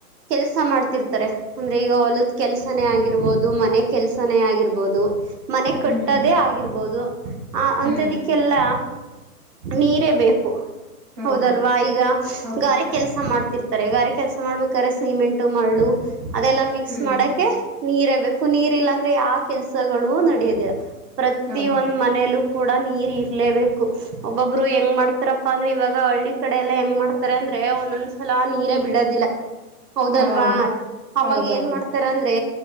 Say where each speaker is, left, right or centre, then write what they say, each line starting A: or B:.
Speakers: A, on the right (about 80°); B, on the right (about 30°).
A: ಕೆಲ್ಸ ಮಾಡ್ತಿರ್ತಾರೆ ಅಂದ್ರೆ ಈಗ ಹೊಲದ ಕೆಲ್ಸನೇ ಆಗಿರ್ಬಹದು ಮನೆ ಕೆಲ್ಸನೇ ಆಗಿರ್ಬಹದು ಮನೆ ಕಟ್ಟದೆೇ
B: ಹ್ಮ್
A: ಆಗಿ ಆಗಿರ್ಬೋದು ಆ ಅಂತದಿಕ್ಕೆಲ್ಲ
B: ಹ್ಮ್
A: ನೀರೇ ಬೇಕು
B: ಹೌದು
A: ಹೌದಲ್ವಾ ಈಗ
B: ಹೌದು
A: ಗಾರೆ ಕೆಲಸ ಮಾಡ್ತಿರ್ತಾರೆ ಗಾರೆ ಕೆಲಸ ಮಾಡ್ಬೇಕಾರೆ ಸಿಮೆಂಟ್ ಮರಳು ಅದೆಲ್ಲಾ ಮಿಕ್ಸ್
B: ಹ್ಮ್
A: ಮಾಡಕೆ ನೀರೇ ಬೇಕು ನೀರ್ ಇಲ್ಲಾ ಅಂದ್ರೆ ಯಾವ ಕೆಲ್ಸಗಳು ನಡಿಯೋದಿಲ್ಲ ಪ್ರತಿ
B: ಹೌದು
A: ಒಂದ್ ಮನೇಲ್ಲೂ ಕೂಡ ನೀರ್ ಇರ್ಲೇಬೇಕು ಒಬ್ಬೊಬ್ರು ಹೆಂಗ್ ಮಾಡ್ತಾರಪ್ಪ ಅಂದ್ರೆ ಇವಾಗ ಹಳ್ಳಿ ಕಡೆ ಎಲ್ಲಾ ಹೆಂಗ ಮಾಡ್ತಾರೆ ಅಂದ್ರೆ ಒಂದೊಂದ್ಸಲ ನೀರೇ ಬಿಡೋದಿಲ್ಲ ಹೌದಲ್ವಾ
B: ಹಾ
A: ಅವಾಗ
B: ಹೌದೌದು
A: ಏನ್ ಮಾಡ್ತಾರ ಅಂದ್ರೆ